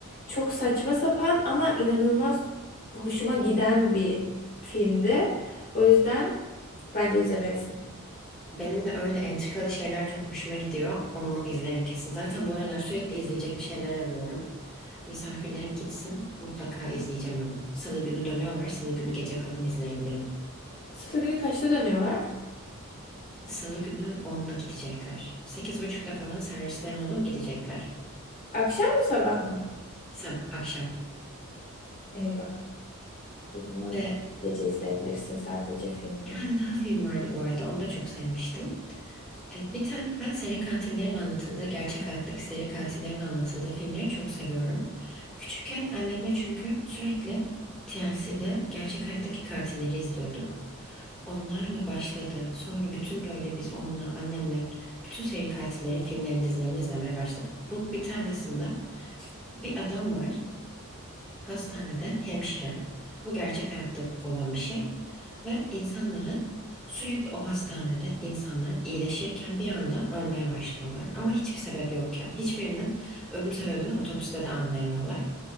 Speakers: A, on the left (about 40°); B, in the centre.
A: Çok saçma sapan ama inanılmaz hoşuma giden bir filmdi. O yüzden bence izlemelisin.
B: Benim de öyle entrikalı şeyler çok hoşuma gidiyor. Onu izlerim kesin. Zaten bu aralar sürekli izleyecek bir şeyler arıyorum. Misafirlerim gitsin mutlaka izleyeceğim onu. Salı günü dönüyorlar. Salı günü gece falan izleyebilirim.
A: Salı günü kaçta dönüyorlar?
B: Salı günü onda gidecekler. Sekiz buçukta falan servisleri olur gidecekler.
A: Akşam mı sabah mı?
B: Sab akşam.
A: Eyvah. O zaman
B: Ee,
A: gece izleyebilirsin sadece filmini.
B: bir tane daha film vardı bu arada. Onu da çok sevmiştim. E, Bir tane ben seri katillerin anlatıldığı, gerçek hayattaki seri katillerin anlatıldığı filmleri çok seviyorum. Küçükken annemle çünkü sürekli TLC'de gerçek hayattaki katilleri izliyorduk. Onlarla başladı. Sonra bütün böyle biz onunla, annemle bütün seri katillerin filmlerini, dizilerini izlemeye başladık. Bu bir tanesinde bir adam var. Hastanede hemşire, bu gerçek hayatta olan bir şey ve insanları sürekli o hastanede insanlar iyileşirken bir anda ölmeye başlıyorlar ama hiçbir sebep yokken hiçbirinin ölüm sebebini otopside de anlayamıyorlar.